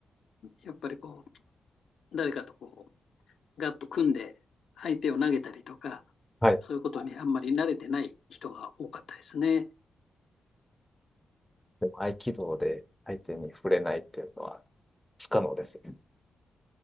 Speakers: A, on the left; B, in the centre.
A: やっぱりこう、誰かとこう、ガッと組んで相手を投げたりとか、
B: はい。
A: そういうことにあんまり慣れてない人が多かったですね。
B: でも合気道で相手に触れないっていうのは不可能ですよね。